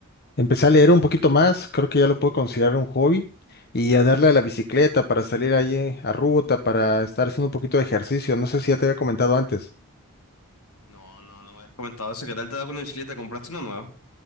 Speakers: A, on the left; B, on the left.
A: empecé a leer un poquito más, creo que ya lo puedo considerar un hobby, y a darle a la bicicleta para salir allí a ruta, para estar haciendo un poquito de ejercicio. No sé si ya te había comentado antes.
B: No, no, no me habías comentado eso, ¿qué tal te ha dado con la bicicleta? ¿Compraste una nueva?